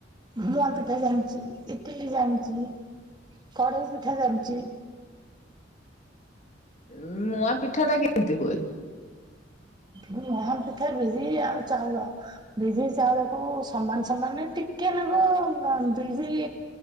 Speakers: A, on the right (about 25°); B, on the left (about 40°).
A: ମୁଁଆ ପିଠା ଜାଣିଛି ଇଟିଲି ଜାଣିଛି କଢେଇ ପିଠା ଜାଣିଛି?
B: ଉଁ ମୂଆଁ ପିଠାଟା କେମତି ହଏ?
A: ମୂଆ ପିଠା ବିରି ଆଉ ଚାଉଳ ବିରି ଚାଉଳକୁ ସମାନ ସମାନ ଟିକେ ନାକୁ ବିରି